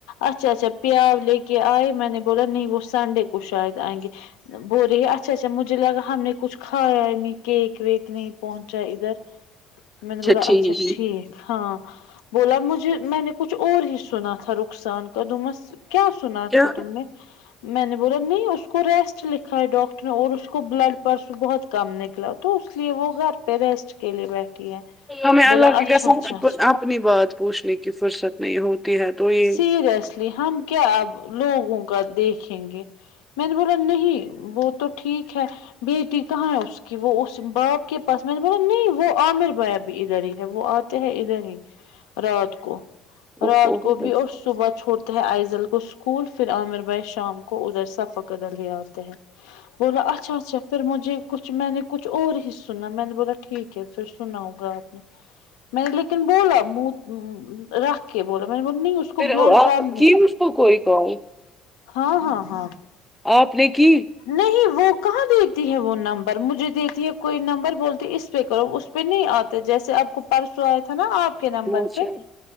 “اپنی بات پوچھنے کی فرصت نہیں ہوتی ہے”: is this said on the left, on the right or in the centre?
Centre